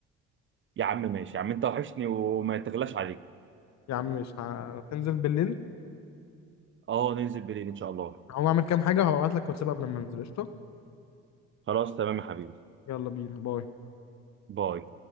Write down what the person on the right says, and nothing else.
يا عم ماشي يا عم انت وحشني وما تغلاش عليك
اه ننزل بالليل ان شاء الله
خلاص تمام يا حبيبي
باي